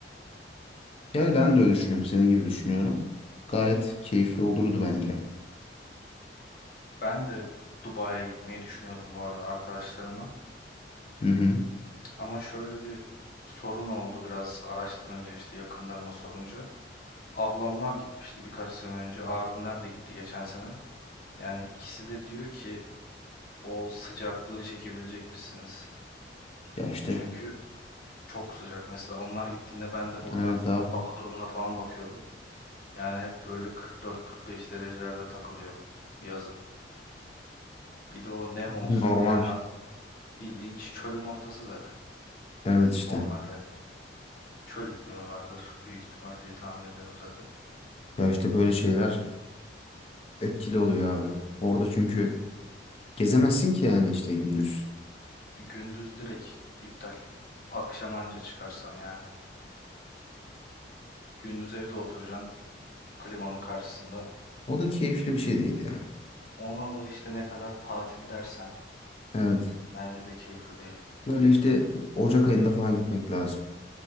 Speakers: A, on the left; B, on the left.
A: Yani ben de öyle düşünüyorum. Senin gibi düşünüyorum. Gayet keyifli olurdu bence.
B: Ben de Dubai'ye gitmeyi düşünüyordum bu arada arkadaşlarımla.
A: Hı hı.
B: Ama şöyle bir sorun oldu biraz araştırınca işte yakınlarıma sorunca. Ablamlar gitmişti birkaç sene önce. Abimler de gitti geçen sene. Yani ikisi de diyor ki o sıcaklığı çekebilecek misiniz?
A: Ya işte.
B: Çünkü çok sıcak mesela. Onlar gittiğinde ben de buradan
A: Evet abi.
B: hava durumuna falan bakıyordum. Yani hep böyle 44-45 derecelerde takılıyor yazın. Bir de o nem olsun
A: Normal.
B: yani at- bildiğin ç- çölün ortası zaten
A: Evet işte.
B: normalde. Çöl iklimi vardır büyük ihtimal diye tahmin ediyorum zaten.
A: Ya işte böyle şeyler etkili oluyor abi. Orada çünkü gezemezsin ki yani işte gündüz.
B: Gündüz direkt iptal. Akşam anca çıkarsan yani. Gündüz evde oturacaksın klimanın karşısında.
A: O da keyifli bir şey değil yani.
B: Ona da işte ne kadar tatil dersen
A: Evet.
B: bence de keyifli değil.
A: Böyle işte Ocak ayında falan gitmek lazım.